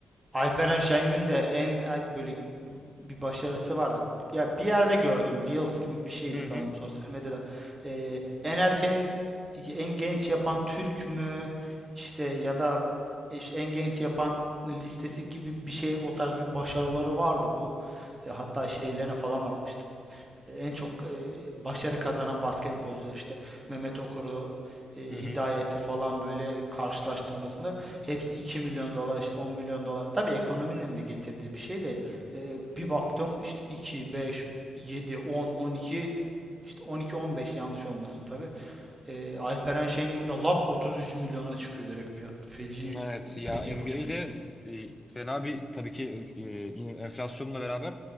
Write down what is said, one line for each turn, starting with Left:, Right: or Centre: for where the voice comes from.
Right: Alperen Şengün de en e, böyle bir başarısı vardı. Ya bir yerde gördüm. Reels gibi bir şeydi
Left: Hı
Right: sanırım
Left: hı.
Right: sosyal medyada. E, en erken en genç yapan Türk mü işte ya da işte en genç yapan listesi gibi bir şey o tarz bir başarıları vardı bu. E, hatta şeylerine falan bakmıştım. en çok e, başarı kazanan basketbolcular işte Mehmet Okur'u, e,
Left: Hı hı.
Right: Hidayet'i falan böyle karşılaştırmasında hepsi iki milyon dolar işte 10 milyon dolar. Tabii ekonominin de getirdiği bir şey de e, bir baktım işte iki, beş, yedi, on, on iki, işte on iki, on beş yanlış olmasın tabii. E, Alperen Şengün de lap 33 milyona çıkıyor direkt fiyat. Feci,
Left: Evet ya
Right: feci
Left: NBA'de
Right: hoşuma gitti.
Left: e, fena bir tabii ki e, yine enflasyonla beraber